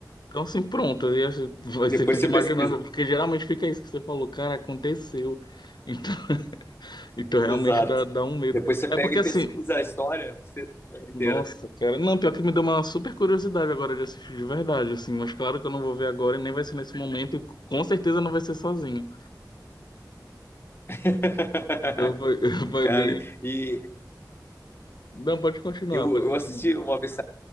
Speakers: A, on the left; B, on the left.
A: Então, assim, pronto. aí acho- Você
B: Depois
A: fica
B: você
A: imaginando,
B: pesquisa.
A: porque geralmente fica isso que você falou, cara, aconteceu. Então, <laughs> então realmente
B: Exato.
A: dá, dá um medo.
B: Depois você
A: É
B: pega
A: porque,
B: e
A: assim,
B: pesquisa a história você- inteira.
A: nossa, cara. Não, pior que me deu uma super curiosidade agora de assistir de verdade, assim. Mas claro que eu não vou ver agora e nem vai ser nesse momento. E com certeza não vai ser sozinho.
B: <laughs>
A: Então, foi, <laughs> foi
B: Cara,
A: bem.
B: e
A: Não, pode continuar,
B: eu,
A: pode
B: eu
A: continuar.
B: assisti uma vez,